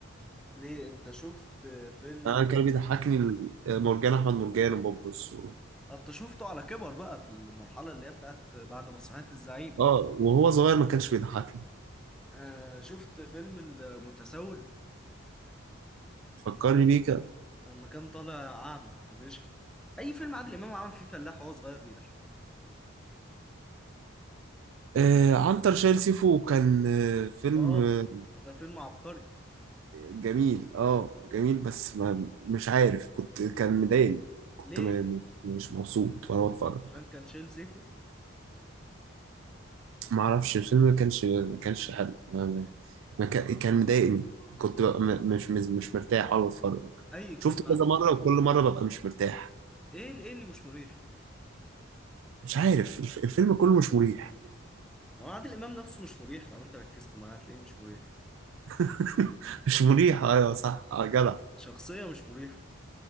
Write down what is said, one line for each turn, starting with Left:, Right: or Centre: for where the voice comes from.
Centre: ليه انت شفت فيلم
Right: أنا كان بيضحكني ال- مرجان أحمد مرجان وبوبس و...
Centre: انت شفته على كبر بقى في المرحلة اللي هي بتاعت بعد مسرحية الزعيم
Right: آه وهو صغير ما كانش بيضحكني
Centre: آه شفت فيلم المتسول
Right: فكرني بيه كده
Centre: لما كان طالع أعمى وبيشحت أي فيلم عادل إمام عمل فيه فلاح وهو صغير بيضحك
Right: آه عنتر شايل سيفو كان آه فيلم
Centre: آه
Right: آه،
Centre: ده فيلم عبقري
Right: جميل آه جميل بس ما مش عارف كنت كان مضايقني كنت
Centre: ليه؟
Right: م... م- مش مبسوط وأنا بتفرج
Centre: عشان كان شايل سيفه
Right: ما أعرفش الفيلم ما كانش ما كانش حلو ما كا- كان مضايقني كنت ببقى م- مش مش مش مرتاح وانا بتفرج
Centre: أي فيلم
Right: شفته كذا
Centre: عادل
Right: مرة وكل مرة ببقى مش مرتاح
Centre: إيه إيه اللي مش مريح؟
Right: مش عارف الف- الفيلم كله مش مريح
Centre: هو عادل إمام نفسه مش مريح لو أنت ركزت معاه هتلاقيه مش مريح
Right: <laughs> مش مريح ايوه صح آه، جدع
Centre: شخصية مش مريحة